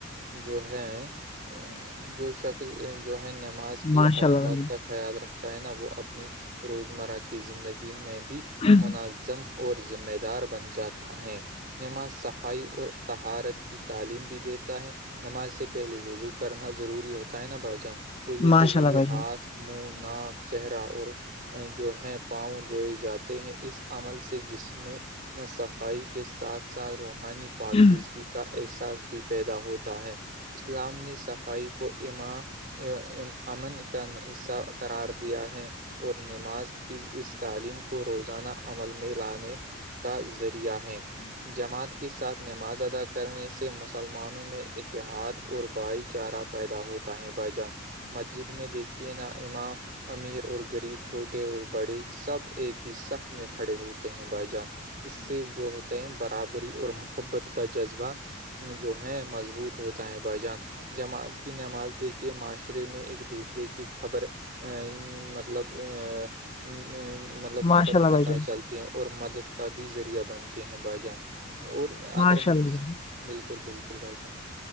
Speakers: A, on the right; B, on the left.
A: جو ہے ا جو شخص جو ہے نماز کے
B: ماشاء
A: اوقات
B: اللہ بھائی
A: کا خیال رکھتا ہے نہ وہ اپنی روزمرہ کی زندگی میں بھی
B: جان
A: منظم اور ذمہ دار بن جاتا ہے نما سب صفائی اور تہارت کی تعلیم بھی دیتا ہے نماز سے پہلے وضو کرنا ضروری ہوتا ہے نا بھائی جان وضو
B: ماشاء
A: کے ذریعے
B: اللہ بھائی
A: ہاتھ منہ ناک چہرہ اور جو ہے پاؤں دھوئے جاتے ہیں اس عمل سے جس میں صفائی کے ساتھ ساتھ روحانی پاراکس
B: جان
A: کا احساس بھی پیدا ہوتا ہے اسلام نے صفائی کو ایماں ا امن کا حصہ قرار دیا ہے اور نماز کی اس تعلیم کو روزانہ عمل میں لانے کا ذریعہ ہے جماعت کے ساتھ نماز ادا کرنے سے مسلمانوں میں اتحاد اور بھائی چارہ پر پیدا ہوتا ہے بائی جان مسجد میں دیکھیے نا امام امیر اور غریب چھوٹے اور بڑے سب ایک ہی سف میں کھڑے ہوتے ہیں بھائی جان اس سے جو ہوتے ہیں برابری اور محبت کا جذبہ جو ہے مضبوط ہوتا ہے بائیجان جماعت کی نماز دیکھی کے معاشرے میں ایک دوسرے کی خبر ا مطلب ا مطلب خبر
B: ماشاء اللہ
A: پتہ
B: بھائی جان
A: چلتی ہے اور مدد کا بھی ذریعہ بنتی ہیں بائی جان اور
B: ماشاء
A: اگر ہم
B: اللہ
A: اس
B: بھائی جان
A: بالکل بالکل بھائی جان